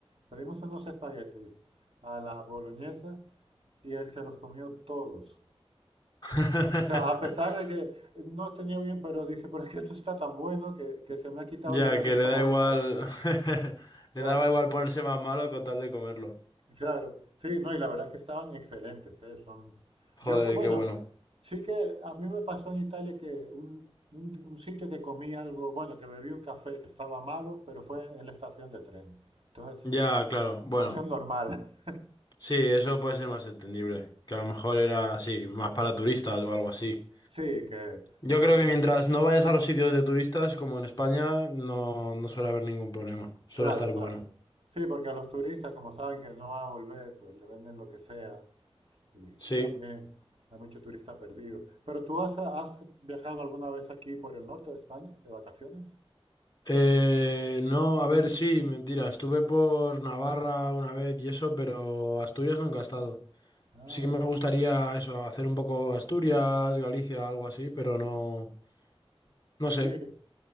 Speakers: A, on the right (about 70°); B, on the left (about 40°).
A: Pedimos unos espaguetis a la boloñesa y él se los comió todos.
B: <laughs>
A: O sea, a pesar de que no tenía bien, pero dice, pero es que esto está tan bueno que, que se me ha quitado
B: Ya,
A: el olor
B: que
A: de estómago
B: le da igual.
A: y todo.
B: <laughs> Le
A: Claro.
B: daba igual ponerse más malo con tal de comerlo.
A: Claro, sí, no, y la verdad es que estaban excelentes, ¿eh? Son, yo
B: Joder,
A: que, bueno,
B: qué bueno.
A: sí que a mí me pasó en Italia que un, un- un sitio que comí algo, bueno, que bebí un café que estaba malo, pero fue en la estación de tren. Entonces,
B: Ya,
A: es-
B: claro. Bueno,
A: eso es normal. <laughs>
B: sí, eso puede ser más entendible. Que a lo mejor era así, más para turistas o algo así.
A: Sí, que
B: Yo
A: el,
B: creo que mientras no vayas a los sitios de turistas, como en España, no, no suele haber ningún problema. Suele
A: claro,
B: estar
A: claro.
B: bueno.
A: Sí, porque a los turistas, como saben que no van a volver, pues le venden lo que sea y,
B: Sí.
A: y también hay mucho turista perdido. Pero tú has, has viajado alguna vez aquí por el norte de España, de vacaciones?
B: Eh, no, a ver, sí, mentira. Estuve por Navarra una vez y eso, pero Asturias nunca he estado.
A: Ah,
B: Sí que me gustaría eso, hacer un poco Asturias, Galicia, algo así, pero no, no sé.
A: Sí,